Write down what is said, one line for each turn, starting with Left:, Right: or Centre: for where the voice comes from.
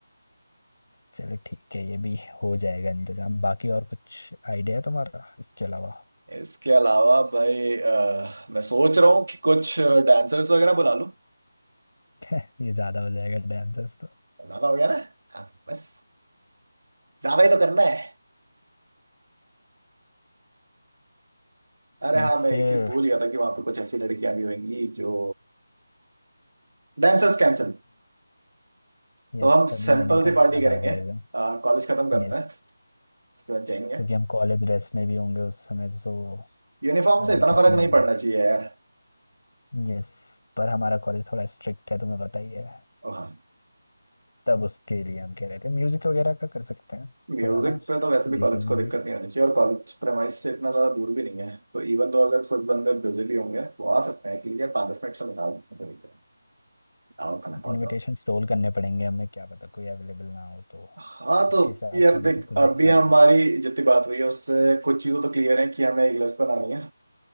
Left: चलो ठीक है ये भी हो जाएगा इंतजाम बाकी और कुछ आइडिया है तुम्हारा इसके अलावा
Right: इसके अलावा भाई अ, मैं सोच रहा हूँ कि कुछ डांसर्स वगैरह बुला लूं
Left: <laughs> ये ज़्यादा हो जाएगा डांसर्स तो
Right: ज्यादा हो गया ना हाँ बस ज्यादा ही तो करना है अरे
Left: तो
Right: हाँ
Left: फिर
Right: मैं एक चीज भूल गया था कि वहां पे कुछ ऐसी लड़कियां भी होंगी जो Dancers cancel
Left: यस
Right: तो हम
Left: तभी
Right: सैंपल
Left: मैंने कहा
Right: से
Left: कि
Right: पार्टी
Left: ज़्यादा
Right: करेंगे
Left: हो जाएगा
Right: कॉलेज खत्म करते
Left: यस
Right: हैं उसके बाद जाएंगे
Left: क्योंकि हम कॉलेज ड्रेस में भी होंगे उस समय सो
Right: यूनिफॉर्म
Left: अगर
Right: से इतना
Left: किसी
Right: फर्क
Left: ने
Right: नहीं पड़ना
Left: देख
Right: चाहिए यार
Left: यस पर हमारा कॉलेज थोड़ा स्ट्रिक्ट है तुम्हें पता ही है
Right: और हाँ
Left: तब उसके लिए हम कह रहे थे म्यूजिक वगैरह का कर सकते हैं
Right: म्यूजिक
Left: थोड़ा ना
Right: पे तो वैसे भी
Left: डिसेंट
Right: कॉलेज को
Left: म्यूजिक
Right: दिक्कत नहीं होनी चाहिए और कॉलेज प्रेमाइस से इतना ज्यादा दूर भी नहीं है तो इवन तो अगर कुछ बंदे बिजी भी होंगे वो आ सकते हैं कि यार पाँच दस मिनट से निकाल कोई दिक्कत नहीं। आओ खाना खाओ
Left: इनविटेशन
Right: जाओ।
Left: स्टॉल करने पड़ेंगे हमें क्या पता कोई अवेलेबल ना हो तो
Right: हाँ
Left: उसके
Right: तो
Left: हिसाब
Right: यार
Left: से हमें
Right: देख
Left: सब कुछ
Right: अभी
Left: देखना
Right: हमारी
Left: पड़ेगा
Right: जितनी बात हुई है उससे कुछ चीज़ें तो क्लियर है कि हमें एक लिस्ट बनानी है